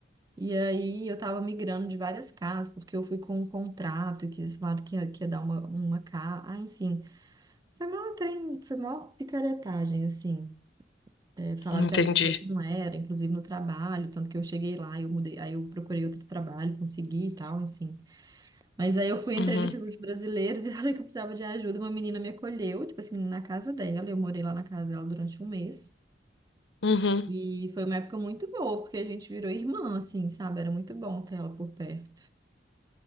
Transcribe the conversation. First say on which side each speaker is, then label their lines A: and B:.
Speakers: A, on the right; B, on the left.
A: E aí eu tava migrando de várias casas, porque eu fui com um contrato e que eles falaram que ia, que ia dar uma, uma casa. Ah, enfim. Foi mó trem, foi mó picaretagem, assim. É, falaram
B: Entendi.
A: que era uma coisa, e não era, inclusive no trabalho, tanto que eu cheguei lá, eu mudei, aí eu procurei outro trabalho, consegui e tal, enfim. Mas aí eu fui, entrei
B: Uhum.
A: nesse grupo de brasileiros e <laughs> falei que eu precisava de ajuda. Uma menina me acolheu, tipo assim, na casa dela, eu morei lá na casa dela durante um mês.
B: Uhum.
A: E foi uma época muito boa, porque a gente virou irmã, assim, sabe? Era muito bom ter ela por perto.